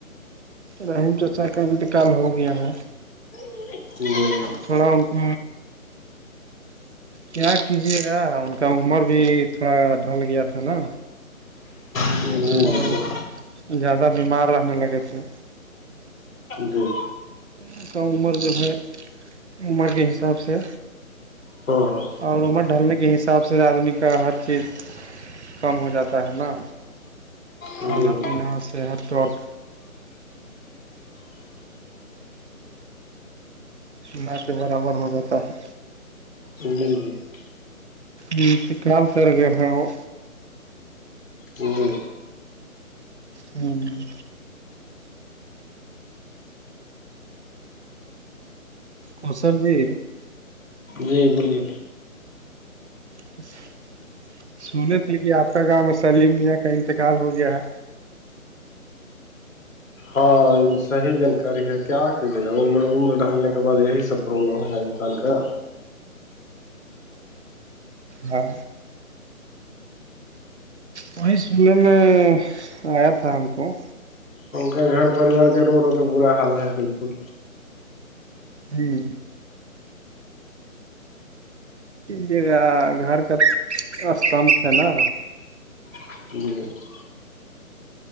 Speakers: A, on the right; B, on the left.
A: رحیم چچا کا انتقال ہو گیا ہے
B: <unintelligible>
A: پڑا ان کو کیا کیجیے گا ان کا عمر بھی تھوڑا ڈھل گیا تھا نا
B: جی
A: اور
B: جی جی
A: زیادہ بیمار رہنے لگے تھے
B: گئی
A: اس کا عمر جو ہے عمر کے حساب سے
B: ہاں ہاں
A: اور عمر ڈھلنے کے حساب سے آدمی کا ہر چیز کم ہو جاتا ہے نا کھانا
B: جی
A: پینا صحتک م کے برابر ہو جاتا ہے
B: <unintelligible>
A: ہ تو کل کر گئے ہے وہ
B: وہ
A: ہوں اور سر جی
B: جی بولیے
A: <unintelligible> سنے تھے کہ آپ کا گاؤں میں سلیم میاں کا انتقال ہو گیا ہے
B: ہاں صحیح جانکاری ہے کیا آ کی جگہر عمر ڈھلنے کے بع یہی سب پرابلم ہےا انسان کا
A: ہاں وہی سلح میں آیا تھا ہم کو
B: ان کا گھر پریوار کے رو رو کے برا حال ہے بالکل
A: ہوں یے گ گھر کا استمبھ تھ ہے نا
B: ج